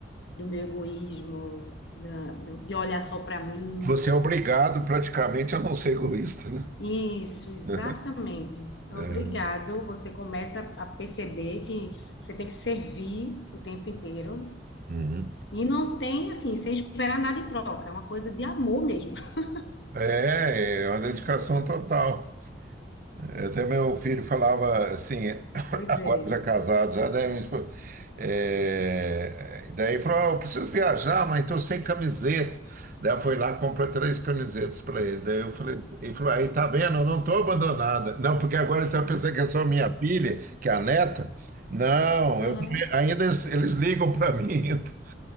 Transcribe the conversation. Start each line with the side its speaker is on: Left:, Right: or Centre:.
Left: do meu egoísmo, da- do- de olhar só para mim.
Right: Você é obrigado praticamente a não ser egoísta, né?
Left: Isso, exatamente.
Right: <laughs>
Left: Então,
Right: É.
Left: Obrigado. Você começa a perceber que você tem que servir o tempo inteiro
Right: Uhum.
Left: e não tem assim, sem esperar nada em troca. É uma coisa de amor mesmo. <laughs>
Right: É, é uma dedicação total. Até meu filho falava assim, <coughs>
Left: Pois
Right: <laughs> agora
Left: é.
Right: já casado, já daí, minha esposa- é, daí ele falou, "Ah, eu preciso viajar, mãe, tô sem camiseta. Daí ela foi lá e comprou três camisetas para ele. Daí eu falei, ele falou, aí tá vendo, eu não tô abandonada. Não, porque agora ele está pensando que é só minha filha, que é a neta. Não,
Left: Aham.
Right: eu também- ainda eles, eles ligam para mim. <laughs>